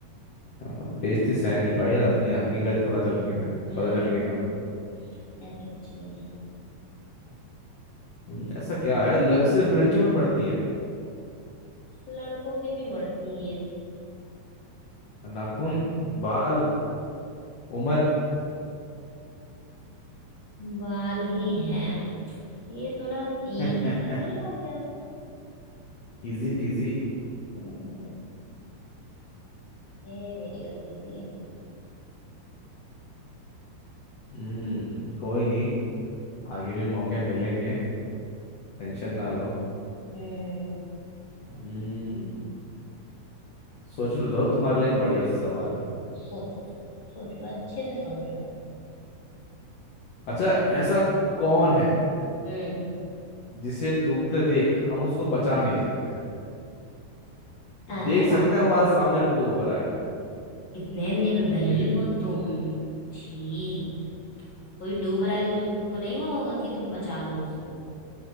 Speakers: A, on the left; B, on the left.
A: बेइज्जती सह नहीं पाई अपनी हकीकत पता चल नहीं पाया
B: हाँ
A: पता चल गई तो
B: ऐसे कुछ नहीं है
A: हम्म, ऐसा क्या है लब सिर्फ लड़कियों में बढ़ती है
B: लड़कों की भी बढ़ती ही है
A: नाखून बाल उम्र
B: बाल ही है ये थोड़ा इजी
A: <laughs>
B: सा नहीं हो गया
A: Easy PG
B: हम्म, ये मेरी गलती थी
A: हम्म कोई नहीं आगे भी मौके मिलेंगे टेंशन ना लो
B: हम्म
A: हम्म सोचने दो तुम्हारे लिए एक बढ़िया सा सवाल
B: सोचो सोच लो अच्छे से सोच लो
A: अच्छा ऐसा कौन है
B: हम्म
A: जिसे डूबते देख हम उसको बचा नहीं सकते
B: ऐसा
A: देख सकते
B: कौन है
A: हैं हमारे सामने डूब रहा है
B: कितने निर्दयी
A: लेकिन
B: हो तुम छी कोई डूब रहा है तो तुमको नहीं वो होगा कि तुम बचा लो उसको